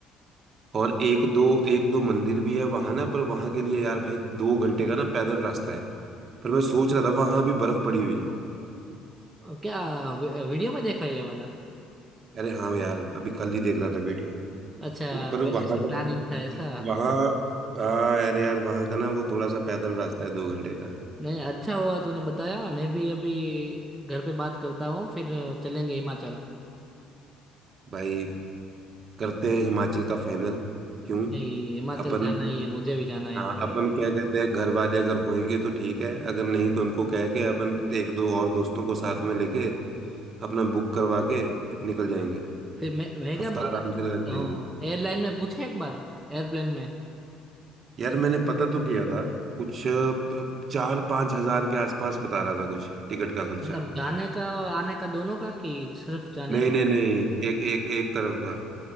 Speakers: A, on the right; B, in the centre.
A: और एक दो एक दो मंदिर भी है वहाँ ना पर वहाँ के लिए यार भाई दो घंटे का ना पैदल रास्ता है पर मैं सोच रहा था वहाँ भी बर्फ पड़ी हुई है
B: अ, क्या वी- वीडियो में देखा ये वाला
A: अरे हाँ यार अभी कल ही देख रहा था वीडियो
B: अच्छा
A: तो पर
B: पहले
A: वहाँ
B: से प्लानिंग
A: का
B: था ऐसा
A: वहाँ हाँ अरे यार वहाँ का ना वो थोड़ा सा पैदल रास्ता है दो घंटे का
B: नहीं अच्छा हुआ तूने बताया मैं भी अभी घर पे बात करता हूँ फिर चलेंगे हिमाचल
A: भाई करते हैं हिमाचल का फाइनल क्यों
B: नहीं हिमाचल
A: अपन
B: जाना ही है मुझे भी जाना है हिमाचल
A: हाँ अपन क्या कहते हैं घर वाले अगर होंगे तो ठीक है अगर नहीं तो उनको कह के अपन एक दो और दोस्तों को साथ में लेके अपना बुक करवा के निकल जाएंगे
B: फिर मैं मैं क्या
A: हफ्ता
B: बोलता
A: आराम से लगा के
B: हूँ
A: आएंगे
B: एयरलाइन में पूछे एक बार एयरप्लेन में
A: यार मैंने पता तो किया था कुछ अ, चार पाँच हजार के आसपास बता रहा था कुछ टिकट का खर्चा
B: मतलब जाने का और आने का दोनों का कि सिर्फ जाने
A: नहीं
B: का
A: नहीं नहीं एक एक एक तरफ का